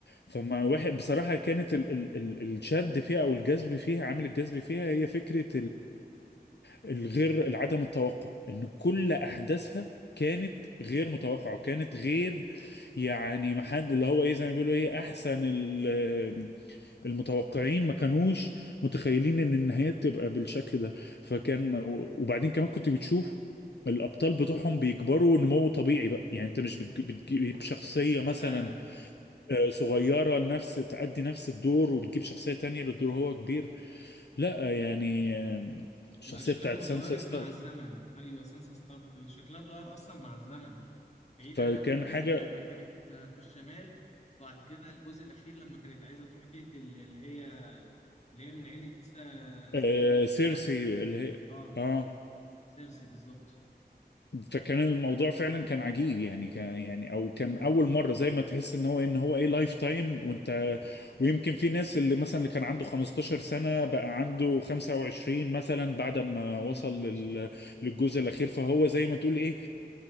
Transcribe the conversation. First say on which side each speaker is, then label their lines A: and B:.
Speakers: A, on the left; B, on the left.
A: فما واحد بصراحة كانت ال ال ال الشد فيها أو الجذب فيها عامل الجذب فيها هي فكرة الغير العدم التوقع ان كل احداثها كانت غير متوقعه وكانت غير يعني ما حد اللي هو ايه زي ما بيقولوا ايه احسن ال- المتوقعين ما كانوش متخيلين ان النهايات تبقى بالشكل ده فكان وبعدين كمان كنت بتشوف الابطال بتوعهم بيكبروا نمو طبيعي بقى يعني انت مش بتج- بتجيب شخصيه مثلا
B: فعلا
A: آه، صغيره نفس تأدي نفس الدور وبتجيب شخصيه تانية للدور هو كبير لا يعني آه، الشخصيه
B: بقى اشكالهم
A: بتاعت
B: اتغيرت
A: سانسا ستار
B: مع الزمن ايوه سانسا ستارك شكلها اتغير اصلا مع الزمن بعيد
A: فكان
B: عن اول جزء
A: حاجة
B: لما كانت آه، في الشمال وبعد كده الجزء الاخير لما كانت عايزه تروح تقتل اللي هي اللي هي من عيله سا... اسمها
A: آه
B: ايه دي
A: سيرسي
B: لانستر
A: اللي هي
B: اه
A: اه
B: سيرسي بالظبط
A: فكان الموضوع فعلا كان عجيب يعني كان يعني او كان
B: امم
A: اول مره زي ما تحس ان هو إيه، ان هو ايه لايف تايم وانت ويمكن في ناس اللي مثلا اللي كان عنده 15 سنه بقى عنده 25 مثلا بعد ما
B: اه
A: وصل
B: بالظبط
A: لل- للجزء الاخير فهو زي ما تقول ايه